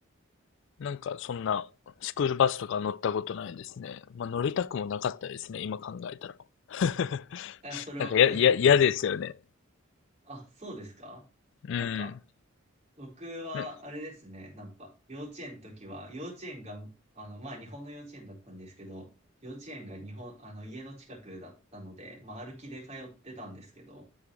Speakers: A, on the left; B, on the right.
A: なんかそんなスクールバスとか乗ったことないですね。まあ乗りたくもなかったですね、今考えたら。<laughs>
B: あ、それを、
A: なんかや、や、嫌ですよね。
B: あ、そうですかなんか、
A: うん。
B: 僕はあれですね、
A: ね
B: なんか、幼稚園の時は、幼稚園が、あの、まあ日本の幼稚園だったんですけど、幼稚園が日本、あの、家の近くだったので、まあ歩きで通ってたんですけど、